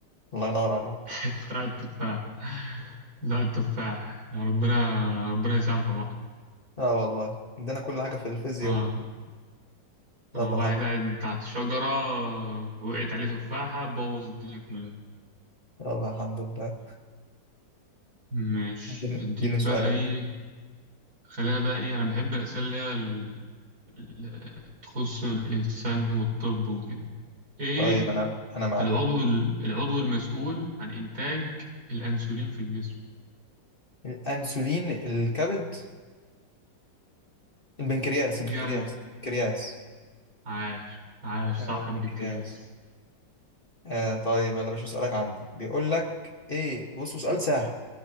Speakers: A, on the left; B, on the right.
A: الله ينور عليك
B: <laughs> بتاع التفاح بتاع التفاح يا ربنا ربنا يسامحه بقى
A: اه والله عندنا كل حاجة في الفيزياء
B: آه.
A: والك- يلا
B: آه. واحد
A: الحمد لله
B: قاعد تحت شجرة وقعت عليه تفاحة بوظ الدنيا كلها
A: يلا الحمد لله
B: ماشي
A: اديني
B: أديك
A: اديني سؤال
B: بقى
A: يا
B: إيه
A: باشا
B: خلينا بقى إيه أنا بحب الأسئلة اللي هي ال- ال- تخص الإنسان والطب وكده إيه
A: طيب انا انا معاك
B: العضو
A: اهو
B: ال- العضو المسؤول عن إنتاج الأنسولين في الجسم؟
A: الانسولين الكبد البنكرياس البنكرياس
B: جنب
A: البنكرياس
B: عاش عاش
A: ايوه
B: صح
A: البنكرياس
B: البنكرياس
A: آه طيب يلا يا باشا سؤالك عندي بيقول لك ايه بصوا سؤال سهل